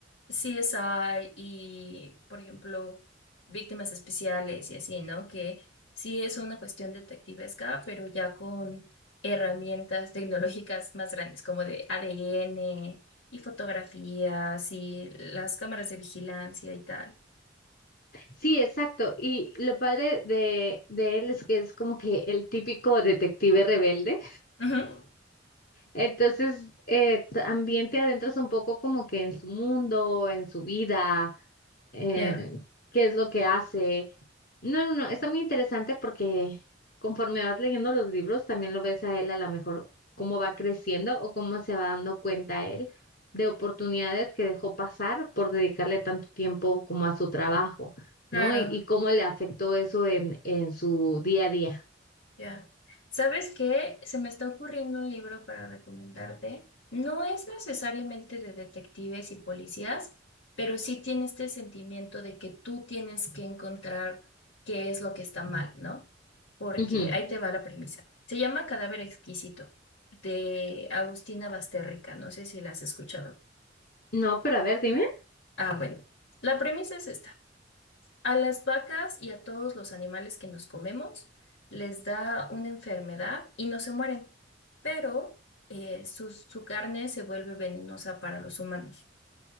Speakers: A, on the left (about 80°); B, on the left (about 55°).
A: CSI y, por ejemplo, víctimas especiales y así, ¿no? Que sí es una cuestión detectivesca, pero ya con herramientas tecnológicas más grandes, como de ADN y fotografías y las cámaras de vigilancia y tal.
B: Sí, exacto. Y lo padre de, de él es que es como que el típico detective rebelde.
A: Ujú.
B: Entonces, eh, también te adentras un poco como que en su mundo, en su vida eh,
A: Ya,
B: qué es lo que hace. No, no, no, está muy interesante porque conforme vas leyendo los libros, también lo ves a él a lo mejor cómo va creciendo o cómo se va dando cuenta él de oportunidades que dejó pasar por dedicarle tanto tiempo como a su trabajo, ¿no?
A: Claro.
B: Y, y cómo le afectó eso en, en su día a día.
A: Ya. ¿Sabes qué? Se me está ocurriendo un libro para recomendarte. No es necesariamente de detectives y policías, pero sí tiene este sentimiento de que tú tienes que encontrar qué es lo que está mal, ¿no? Porque
B: Ujú.
A: ahí te va la premisa. Se llama Cadáver Exquisito, de Agustina Basterrica. No sé si la has escuchado.
B: No, pero a ver, dime.
A: Ah, bueno. La premisa es esta. A las vacas y a todos los animales que nos comemos les da una enfermedad y no se mueren, pero eh, sus- su, carne se vuelve venenosa para los humanos.